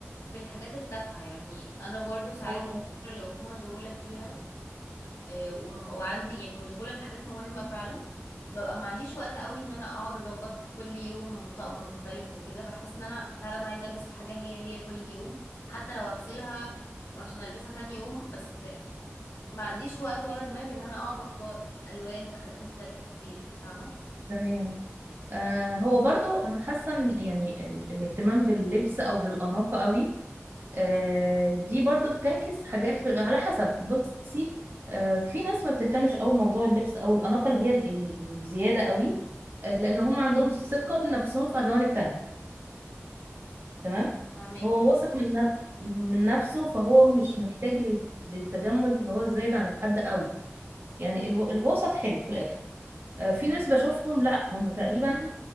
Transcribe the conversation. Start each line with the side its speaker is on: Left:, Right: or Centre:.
Left: في الحاجات التافهة يعني انا برضو ساعات
Right: آه،
Left: الفترة اللي بكون مشغولة فيها آه، وم- وعندي يعني مشغولة بحاجات مهمة فعلا ببقى ما عنديش وقت قوي ان انا اقعد اظبط كل يوم طقم مختلف وكده بحس ان انا فعلا عايزة البس حاجة هي هي كل يوم حتى لو اغسلها وعشان البسها تاني يوم بس ما عنديش وقت ولا دماغ ان انا اقعد اختار الوان وحاجات مختلفة كتير فاهمة
Right: تمام آه هو برضو انا حاسة إن يعني ال- الاهتمام باللبس او بالاناقة قوي آه دي برضو بتعكس حاجات في- على حسب بصي آه في ناس ما بتهتمش قوي موضوع اللبس او الاناقة اللي هي ال- ال- الزيادة قوي آه، لان هم عندهم ثقة بنفسهم في جوانب تانية تمام
Left: فهماكي
Right: هو واثق من نف- من نفسه فهو مش محتاج لل- للتجمل اللي هو الزايد عن الحد قوي يعني الو... الوسط حلو في الاخر آه، في ناس بشوفهم لا هم تقريبا